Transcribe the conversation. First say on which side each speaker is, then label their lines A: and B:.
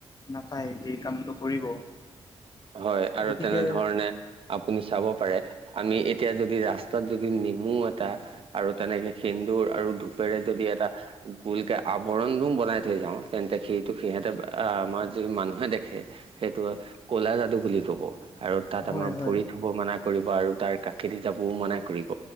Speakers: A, on the left (about 35°); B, on the right (about 55°).
A: নাপায় সেই কামটো। কৰিব।
B: হয় আৰু
A: গতিকে
B: তেনেধৰণে আপুনি চাব পাৰে আমি এতিয়া যদি ৰাস্তাত যদি নেমু এটা আৰু তেনেকে সেন্দুৰ আৰু ধূপেৰে যদি এটা ভোলকে আৱৰণোও বনাই থৈ যাওঁ তেন্তে সিটো সিহঁতে আমাৰ যদি মানুহে দেখে। সেইটো কলা যাদু বুলি ক'ব আৰু তাত
A: হয়
B: আমাৰ
A: হয়
B: ভৰিত থব মানা কৰিব আৰু তাৰ কাষেদি যাবও মনা কৰিব